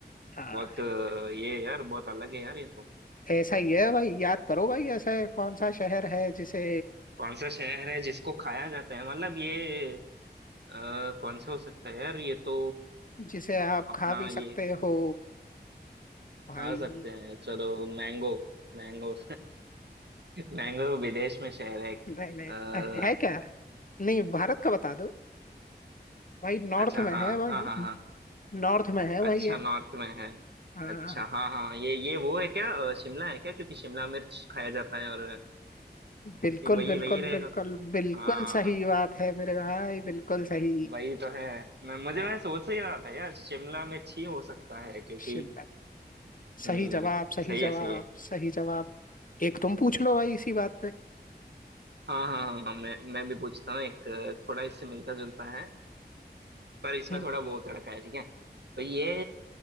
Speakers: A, on the left; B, on the right.
A: हाँ
B: बहुत अ, ये यार बहुत अलग है यार ये तो
A: ऐसा ही है भाई याद करो भाई ऐसा कौन सा शहर है जिसे
B: कौन सा शहर है जिसको खाया जाता है मतलब ये अ, कौन सा हो सकता है यार ये तो
A: जिसे आप
B: अपना
A: खा भी सकते
B: ये
A: हो भाई
B: आ सकते हैं चलो मैंगो मैंगो मैंगो <laughs> विदेश में शहर है एक
A: नहीं नहीं
B: अ,
A: है क्या नहीं भारत का बता दो भाई नॉर्थ
B: अच्छा
A: में
B: हाँ
A: है भाई
B: हाँ हाँ हाँ
A: नॉर्थ में है भाई
B: अच्छा
A: एक
B: नॉर्थ में है
A: हाँ
B: अच्छा हाँ हाँ ये ये वो है क्या अ, शिमला है क्या क्योंकि शिमला मिर्च खाया जाता है और
A: बिल्कुल
B: सी- वही
A: बिल्कुल
B: वही रहेगा
A: बिल्कुल बिल्कुल
B: हाँ
A: सही बात है मेरे भाई बिल्कुल सही
B: वही तो है मैं मुझे
A: हाँ
B: मैं सोच ही रहा था यार शिमला मिर्च ही हो सकता है क्योंकि
A: शिमला
B: हम्म
A: सही जवाब सही
B: सही
A: जवाब
B: है सही है
A: सही जवाब एक तुम पूछ लो भाई इसी बात पे
B: हाँ हाँ हाँ हाँ, मैं मैं भी पूछता हूँ एक अ, थोड़ा इससे मिलता जुलता है पर इसमें
A: हम्म,
B: थोड़ा वो तड़का है ठीक है तो ये